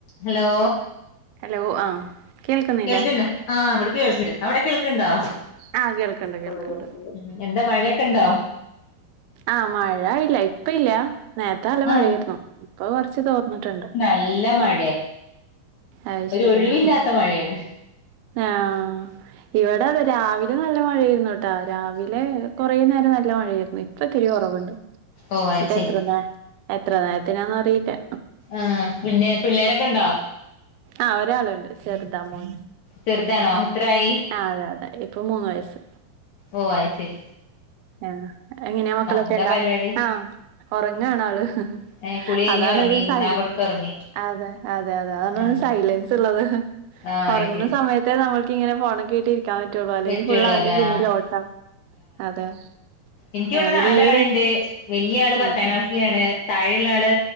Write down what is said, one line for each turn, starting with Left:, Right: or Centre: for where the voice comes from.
Left: Hello
Right: hello ആഹ് കേൾക്കുന്നില്ലേ
Left: കേൾക്ക് ഇണ്ടേ ആഹ് ഇവടെ കേൾക്ക്ണ് അവടെ കേൾക്കെ ഇണ്ടോ
Right: ആഹ് കേൾക്കണ്ട് കേൾക്കണ്ട്
Left: കൊണ്ടേ കൊടുക്കണ്ട് എന്താ മഴയൊക്കെ ഒണ്ടോ
Right: ആഹ് മഴ ഇല്ല ഇപ്പാ ഇല്ല നേരത്തെ നല്ലാ
Left: ആഹ്
Right: മഴയാരുന്നു ഇപ്പൊ കൊറച്ച് തോർന്നട്ട് ഒണ്ട്
Left: നല്ലാ മഴയാ
Right: അത്
Left: ഒര്
Right: ശരിയാ
Left: ഒഴിവില്ല്യാത്ത മഴാണ്
Right: ആഹ് ഇവടെ അത് രാവി ലെ നല്ല മഴായര്ന്നു കേട്ടാ രാവിലെ കൊറേ നേരം നല്ലാ മ ഴാര്ന്ന് ഇപ്പാ ഇത്തിരി കൊറവോണ്ട്
Left: ഓ അത്
Right: ഇത്
Left: ശരി
Right: എത്ര നേ എത്ര നേരത്തിനാ എന്ന് അറിയില്ലാ
Left: ആഹ് പിന്നെ പിള്ളേരൊക്കെ ഒണ്ടോ
Right: ആഹ് ഒരാളോണ്ട് ചെറുതാ മോന്
Left: ചെറ്താണോ എത്രാ ആയി
Right: ആഹ് അതെ അതെ ഇപ്പൊ മൂന്ന് വയസ്സ്
Left: ഓ ആയ് ശെരി
Right: ആഹ് എങ്ങനെയാ മക്കളൊക്കെ
Left: എന്താ
Right: എണ്ടോ
Left: പരിപാടി
Right: ആഹ് ഒറങ്ങണ് അള്
Left: ഏഹ് കുളി കഴിഞ്ഞ്
Right: അതാണ്
Left: ഉറങ്ങി
Right: ഒര്
Left: തിന്നാൻ
Right: സൈ
Left: കൊടുത്ത് ഉറങ്ങി
Right: അതെ അതെ അതെ
Left: ആഹ്
Right: സൈലൻസ് ഇള്ളത്
Left: ആഹ്
Right: ഒറങ്ങ്ന്നാ
Left: അത് ശരി
Right: സമയത്തെ നമ്മള് ഇങ്ങനെ ഫോണൊക്കെ ആയിട്ട് ഇരിക്ക്യാൻ പറ്റുള്ളു അല്ലെങ്കി
Left: ബെറ്റുകളല്ല
Right: ഫുള്ള് അവന്റെ പിന്നില് ഓട്ടം അതെ
Left: എനിക്ക ഇവടെ
Right: ആ,
Left: നാലാള്
Right: പിന്നെ ഈ ഒരു
Left: ഇണ്ടേ വല്ല്യയാ ആള്
Right: ഉം
Left: പത്താം ക്ലാസ്സിലാണ്
Right: ഉം
Left: താഴെ ഒള്ള ആള്